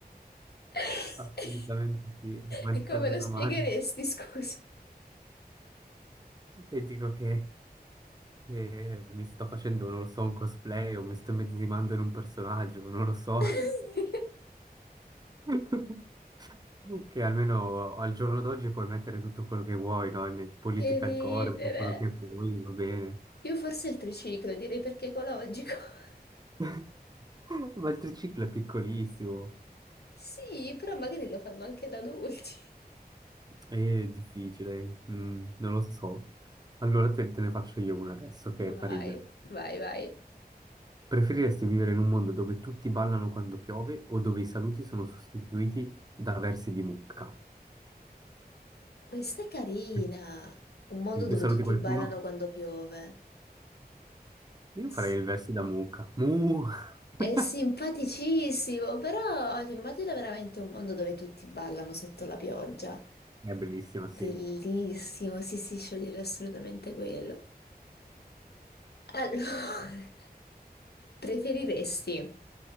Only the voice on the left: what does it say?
<laughs>
E come lo
spiegheresti,
scusa?
<laughs>
Che ridere.
Io forse il triciclo, direi perché ecologico. <laughs>
Sì, però magari lo fanno anche da adulti.
Vai,
vai, vai.
Questa è carina,
un mondo dove
tutti
ballano quando piove.
S-
È simpaticissimo, però ti immagino veramente un mondo dove tutti ballano sotto la pioggia.
Bellissimo, sì, sì, sciogliere assolutamente quello. Allora, <laughs> preferiresti